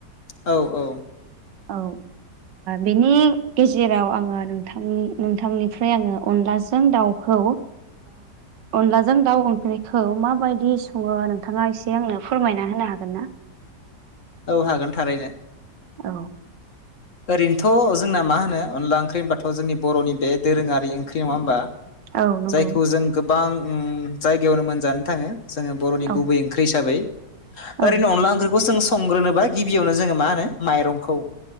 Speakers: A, on the left; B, on the right.
A: औ औ।
B: औ। बिनि गेजेराव आङो नोंथांनि नोंथांनिफ्राय आङो अनलाजों दाउ खौ अनलाजों दाउ ओंख्रिखौ माबायदि सङो नोंथाङा एसे आंनो फोरमायना होनो हागोन ना।
A: औ हागोन थारैनो।
B: औ।
A: ओरैनोथ' जोंना मा होनो अनला ओंख्रि होनबाथ' जोंनि बर'नि बे दोरोङारि ओंख्रि नङा होमबा?
B: औ नंगौ
A: जायखौ जों गोबां जायगायावनो मोनजानो थाङो जोङो बर'नि
B: औ
A: गुबै ओं ओंख्रि हिसाबै
B: औ
A: ओरैनो अनला ओंख्रिखौ जों संग्रोनोबा गिबियावनो जोङो मा होनो माइरंखौ